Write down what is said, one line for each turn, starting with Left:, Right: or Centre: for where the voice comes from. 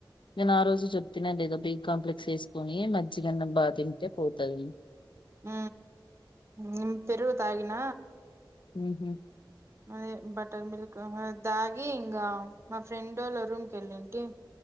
Left: నేను ఆ రోజు చెప్తన్నా లేదో బి కాంప్లెక్స్ వేసుకొని మజ్అన్నం బా తింటే పోతుది
Right: హ నిమ్ పెరుగు తాగిన
Left: హహ
Right: మరి బటర్ మల్క్ దాగ్ అ ఇంకా మా ఫ్రెండ్ వాళ రూమ్ క వెళ్ళింటి